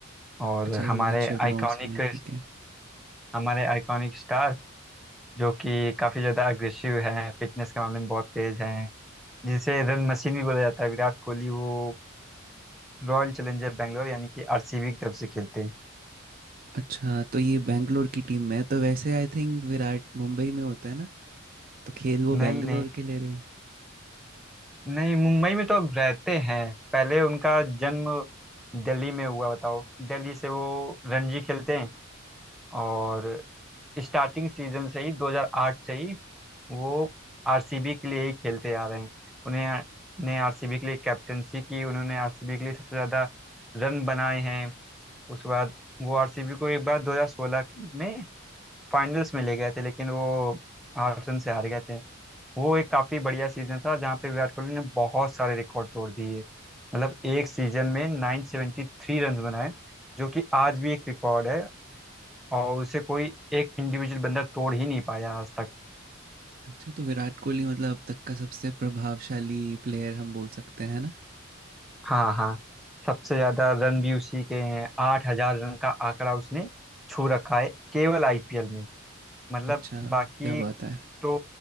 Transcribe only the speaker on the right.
अच्छा
रोहित शर्मा
उसमें ठीक है
अच्छा तो ये बैंगलोर की टीम में है तो वैसे आई थिंक विराट मुंबई में होता है ना तो खेल वो
बैंगलोर
के ले रहे हैं
अच्छा तो विराट कोहली मतलब अब तक का सबसे प्रभावशाली प्लेयर हम बोल सकते हैं ना
अच्छा
क्या बात है